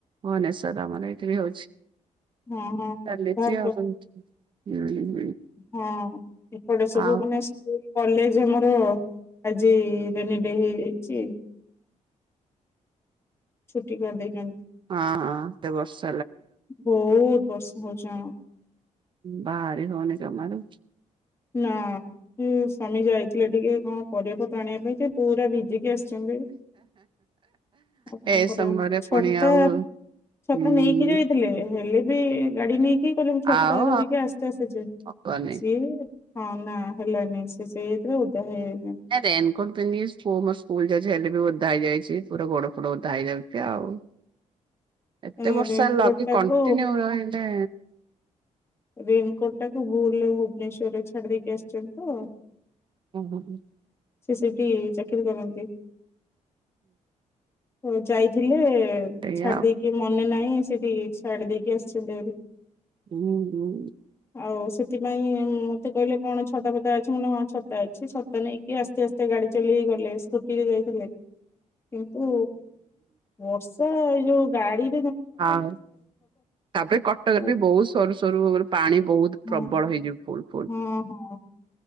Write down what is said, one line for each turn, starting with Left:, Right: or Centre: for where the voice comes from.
Right: ଭୁବନେଶ୍ୱର ରେ ଆମର ଏଇଠି ବି ହଉଛି,
Left: ହଁ ହଁ
Right: ଚାଲିଛି
Left: ବାହାର କର
Right: ଆଉ <unintelligible>
Left: ହଁ ଏପଟେ ସବୁ
Right: ଆଉ
Left: ମାନେ
Right: ହଁ
Left: ସ୍କୁଲ କଲେଜ ହ ଆଜି ରେନି ଡେ ହେଇଯାଇଛି। ଛୁଟି କର ଦେଇ
Right: ହଁ ହଁ ସେ ବର୍ଷ
Left: ବହୁତ ବର୍ଷା ହଉଛି ହଁ
Right: ବାହାରି ହଉନି ଜମାରୁ
Left: ନା ସ୍ୱାମୀ ଯାଇଥିଲେ ଟିକେ କଣ ପରିବାପତ୍ର ଆଣିବା ପାଇଁ ଯେ ପୁରା ଭିଜିକି ଆସି ଛନ୍ତି ଆଉ କଣ
Right: ଏ
Left: କରିବ?
Right: ସମୟରେ
Left: ଛତା
Right: ପୁଣି ଆଉ
Left: ଛତ
Right: ହୁଁ
Left: ନେଇକି ଯାଇଥିଲେ ହେଲେ ବି କିଏ କଲେ ମୁ ଛତା
Right: ଆଉ
Left: ଧରିକି ଆସ୍ତେ ଆସେ ଯ
Right: ହବନି
Left: ସିଏ ହଁ ନା ହେଲାନି ସେ ସେଇଥିଲା ଓଦା ହେଇ ହେଇ
Right: ର ରେନକୋଟ ପିନ୍ଧି ସ୍କୁଲ ଯଛି ହେଲେ ବି ଓଧା ହେଇଯାଇଛି ପୁରା ଗୋଡ ଫୋଡ ଓଦା ହେଇଯାଉଛି ଆଉ ଏତେ
Left: ଏ
Right: ବର୍ଷ
Left: ରେନକୋଟ
Right: ଲଗି
Left: ଟାକୁ
Right: କଣ୍ଟିନ୍ୟୁ ରହିଲେ
Left: ରେନକୋଟ ଟାକୁ ଭୁଲରେ ଭୁବନେଶ୍ୱରରେ ଛାଡିିଦେଇକି ଆସିଛନ୍ତି ତ
Right: ହଁ ହ ହ
Left: ସେ ସେଠି ଚାକିରି କରନ୍ତି, ତ ଯାଇଥିଲେ
Right: ସେଇଆ
Left: ଛାଡି
Right: ଆଉ
Left: ଦେଇକି, ମନେ ନାହିଁ ସେଠି ଛାଡି ଦେଇକି ଆସିଛନ୍ତି ଏରି।
Right: ହୁଁ ହୁଁ
Left: ଆଉ ସେଥିପାଇଁ ମତେ କହିଲେ କଣ ଛତା ପତା ଅଛି ମୁ ହଁ ଛତା ଅଛି ଛତା ନେଇକି ଆସ୍ତେ ଆସ୍ତେ ଗାଡି ଚଲେଇକି ଗଲେ, ସ୍କୁଟିରେ ଯାଇଥିଲେ।
Right: ହ
Left: କିନ୍ତୁ ବର୍ଷା ଏଇ ଯୋଉ ଗାଡି
Right: ହଁ ତାପରେ କଟକରେ
Left: ହଁ
Right: ବି ବହୁତ ସରୁ <unintelligible> ପାଣି ବହୁତ
Left: ହଁ
Right: ପ୍ରବଳ ହେଇଯିବ ଫୁଲ୍ ଫୁଲ୍।
Left: ହଁ